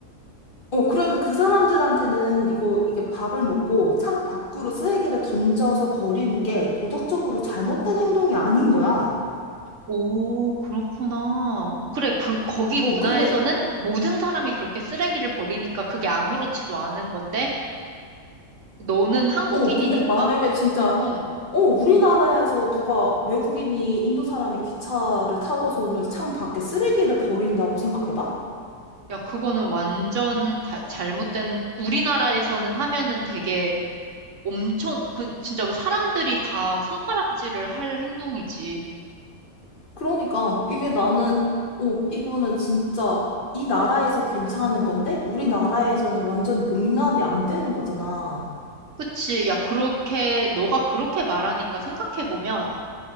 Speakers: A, on the left; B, on the right.
A: 어, 그러니까 그 사람들한테는 이거, 이게 밥을 먹고 창 밖으로 쓰레기를 던져서 버리는 게 도덕적으로 잘못된 행동이 아닌 거야.
B: 오, 그렇구나. 그래, 그, 거기
A: 어,
B: 문화에서는
A: 근데,
B: 모든 사람이 그렇게 쓰레기를 버리니까 그게 아무렇지도 않은 건데, 너는 한국인이니까,
A: 어, 근데 만약에 진짜,
B: 어.
A: 어, 우리나라에서 누가 외국인이 인도 사람이 기차를 타고서는 창 밖에 쓰레기를 버린다고 생각해봐?
B: 야, 그거는 완전 다- 잘못된, 우리나라에서는 하면은 되게 엄청, 그, 진짜 뭐 사람들이 다 손가락질을 할 행동이지.
A: 그러니까 이게 나는 오 이거는 진짜 이 나라에서 괜찮은 건데 우리나라에서는 완전 용납이 안 되는 거잖아.
B: 그치. 야, 그렇게, 너가 그렇게 말하니까 생각해보면,